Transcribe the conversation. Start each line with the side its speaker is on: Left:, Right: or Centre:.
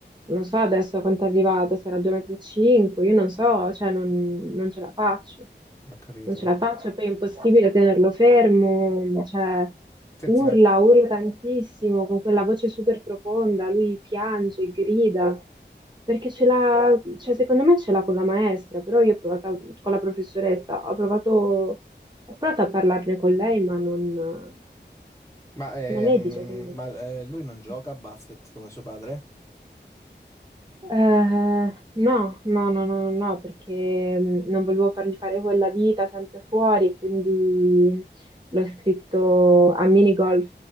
Right: non so adesso a quanto è arrivato, sarà 2,35 m, io non so, cioè, non, non ce la faccio.
Left: ho capito.
Right: Non ce la faccio, poi è impossibile tenerlo fermo, cioè,
Left: Senti,
Right: urla,
Left: ma,
Right: urla tantissimo, con quella voce super profonda, lui piange, grida, perché ce l'ha, cioè, secondo me ce l'ha con la maestra, però io ho provato, a- con la professoressa, ho provato... Ho provato a parlarne con lei, ma non,
Left: ma, ehm,
Right: ma lei dice che
Left: ma, eh, lui non gioca
Right: no.
Left: a basket come suo padre?
Right: Eh, no, no, no, no, no, no, perché mh, non volevo fargli fare quella vita sempre fuori, quindi l'ho scritto a minigolf.